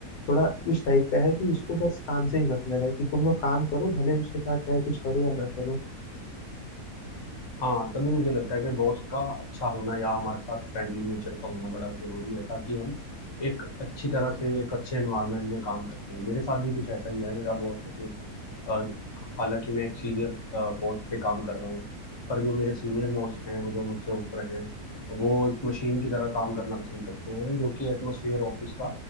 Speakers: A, on the left (about 85°); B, on the left (about 25°).
A: थोड़ा उस टाइप का है कि उसको बस काम से ही मतलब है कि तुम लोग काम करो भले उसके साथ चाहे कुछ करो या ना करो
B: हाँ तभी मुझे लगता है कि बॉस का अच्छा होना या हमारे साथ फ्रेंडली नेचर का होना बड़ा जरूरी है ताकि हम एक अच्छी तरह से एक अच्छे एनवायरनमेंट में काम कर सकें मेरे साथ भी कुछ ऐसा ही है मेरा बॉस मतलब अ, हालांकि मैं एक सीनियर पोस्ट पे काम कर रहा हूँ पर जो मेरे सीनियर मोस्ट हैं वो जो मुझसे ऊपर हैं वो एक मशीन की तरह काम करना पसंद करते हैं जो कि एटमोसफियर ऑफिस का